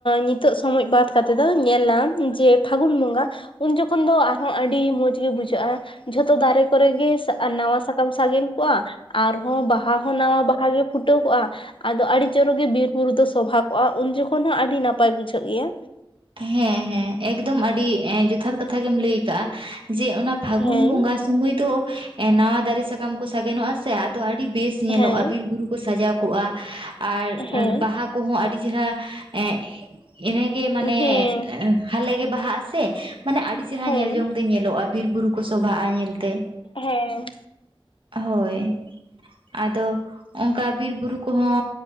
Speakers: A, on the left; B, on the right.
A: ᱱᱤᱛᱚᱜ ᱥᱚᱢᱚᱡ ᱵᱟᱫᱽ ᱠᱟᱛᱮᱫ ᱫᱚ ᱧᱮᱞ ᱟᱢ ᱡᱮ ᱯᱷᱟᱹᱜᱩᱱ ᱵᱚᱸᱜᱟ, ᱩᱱ ᱡᱚᱠᱷᱚᱱ ᱫᱚ ᱟᱨᱦᱚᱸ ᱟᱹᱰᱤ ᱢᱚᱡᱽ ᱜᱮ ᱵᱩᱡᱷᱟᱹᱜᱼᱟ᱾ ᱡᱷᱚᱛᱚ ᱫᱟᱨᱮ ᱠᱚᱨᱮ ᱜᱮ ᱱᱟᱣᱟ ᱥᱟᱠᱟᱢ ᱥᱟᱜᱮᱱ ᱠᱚᱜᱼᱟ ᱟᱨᱦᱚᱸ ᱵᱟᱦᱟ ᱦᱚᱸ ᱱᱟᱣᱟ ᱵᱟᱦᱟ ᱜᱮ ᱯᱷᱩᱴᱳᱣ ᱠᱚᱜᱼᱟ, ᱟᱫᱚ ᱟᱹᱰᱤ ᱪᱚᱨᱚᱠ ᱜᱮ ᱵᱤᱨ ᱵᱩᱨᱩ ᱫᱚ ᱥᱚᱵᱷᱟ ᱠᱚᱜᱼᱟ ᱩᱱ ᱡᱚᱠᱷᱚᱱ ᱦᱚᱸ ᱟᱹᱰᱤ ᱱᱟᱯᱟᱭ ᱵᱩᱡᱷᱟᱹᱜ ᱜᱮᱭᱟ᱾
B: ᱦᱮᱸ ᱦᱮᱸ ᱮᱠᱫᱚᱢ ᱟᱹᱰᱤ ᱮᱸ ᱡᱚᱛᱷᱟᱛ ᱠᱟᱛᱷᱟ ᱜᱮᱢ ᱞᱟᱹᱭ ᱠᱟᱜᱼᱟ, ᱡᱮ ᱚᱱᱟ ᱯᱷᱟᱹᱜᱩᱱ
A: ᱦᱮᱸ
B: ᱵᱚᱸᱜᱟ ᱥᱚᱢᱟᱹᱭ ᱫᱚ, ᱮᱸ ᱱᱟᱣᱟ ᱫᱟᱨᱮ ᱥᱟᱠᱟᱢ ᱠᱚ ᱥᱟᱜᱮᱱᱚᱜᱼᱟ ᱥᱮ ᱟᱫᱚ ᱟᱹᱰᱤ ᱵᱮᱥ ᱧᱮᱞᱚᱜᱼᱟ
A: ᱦᱮᱸ
B: ᱵᱤᱨ ᱵᱩᱨᱩ ᱠᱚ ᱥᱟᱡᱟᱣ ᱠᱚᱜ-ᱟ, ᱟᱨ
A: ᱦᱮᱸ
B: ᱵᱟᱦᱟ ᱠᱚᱦᱚᱸ ᱟᱹᱰᱤ ᱪᱮᱨᱦᱨᱟ ᱮᱸᱻ ᱤᱱᱮ ᱜᱮ ᱢᱟᱱᱮ,
A: ᱦᱮᱸ
B: ᱦᱟᱞᱮᱜ ᱜᱮ ᱵᱟᱦᱟᱜ-ᱟ ᱥᱮ ᱢᱟᱱᱮ ᱟᱹᱰᱤ ᱪᱮᱨᱦᱟ
A: ᱦᱮᱸ
B: ᱧᱮᱞ ᱡᱚᱝ ᱛᱮ ᱧᱮᱞᱚᱜᱼᱟ, ᱵᱤᱨ ᱵᱩᱨᱩ ᱠᱚ ᱥᱚᱵᱷᱟᱜᱼᱟ ᱧᱮᱞ ᱛᱮ᱾
A: ᱦᱮᱸ᱾
B: ᱦᱳᱭ ᱟᱫᱚ ᱚᱱᱠᱟ ᱵᱤᱨ ᱵᱩᱨᱩ ᱠᱚ ᱚ